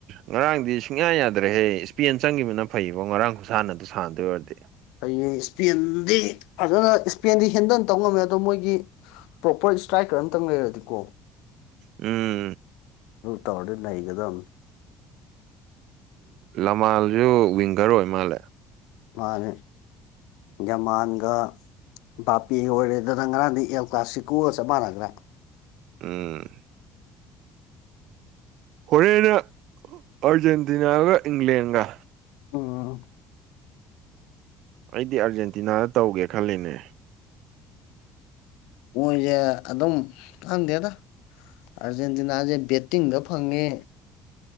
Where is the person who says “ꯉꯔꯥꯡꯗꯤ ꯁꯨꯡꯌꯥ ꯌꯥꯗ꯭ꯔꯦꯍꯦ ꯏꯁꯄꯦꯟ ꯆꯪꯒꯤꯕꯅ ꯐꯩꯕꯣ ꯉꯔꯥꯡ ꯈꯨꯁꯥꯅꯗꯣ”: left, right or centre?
Right